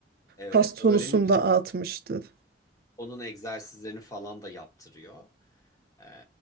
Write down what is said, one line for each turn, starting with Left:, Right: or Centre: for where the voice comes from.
Left: Evet
Right: Kas tonusunda
Left: öğreniyorsun.
Right: artmıştır.
Left: Onun egzersizlerini falan da yaptırıyor. Ee,